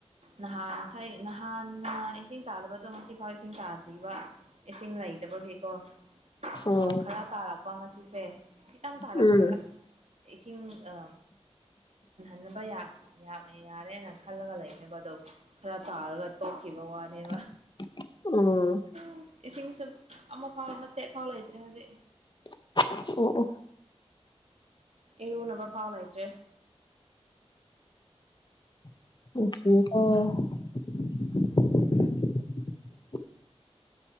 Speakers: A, on the right (about 80°); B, on the left (about 45°).
A: ꯅꯍꯥꯟ ꯐꯩ ꯅꯍꯥꯟꯅ ꯏꯁꯤꯡ ꯇꯥꯗꯕꯗꯣ ꯉꯁꯤꯐꯥꯎ ꯏꯁꯤꯡ ꯇꯥꯗ꯭ꯔꯤꯕ ꯏꯁꯤꯡ ꯂꯩ ꯆꯕꯒꯤꯀꯣ
B: ꯑꯣ
A: ꯅꯣꯡ ꯈꯔ ꯇꯥꯔꯛꯄ ꯉꯁꯤꯁꯦ ꯈꯤꯇꯪ ꯇꯥꯔꯛꯄꯗ
B: ꯎꯝ
A: ꯑꯁ ꯏꯁꯤꯡ ꯑ ꯐꯅꯕ ꯌꯥꯝꯃꯦ ꯌꯥꯔꯦꯅ ꯈꯜꯂꯒ ꯂꯩꯕꯅꯦꯕ ꯑꯗꯣ ꯈꯔ ꯇꯥꯔꯒ ꯇꯣꯛꯈꯤꯕ ꯋꯥꯅꯦꯕ
B: <inaudible> ꯑꯣ
A: ꯎ ꯏꯁꯤꯡ ꯁ ꯑꯃ ꯐꯥꯎ ꯃꯆꯦꯠ ꯐꯥꯎ ꯂꯩꯇ꯭ꯔꯦ ꯍꯧꯖꯤꯛ
B: ꯑꯣ ꯑꯣ
A: ꯏꯔꯨꯅꯕ ꯐꯥꯎ ꯂꯩꯇ꯭ꯔꯦ
B: <unintelligible>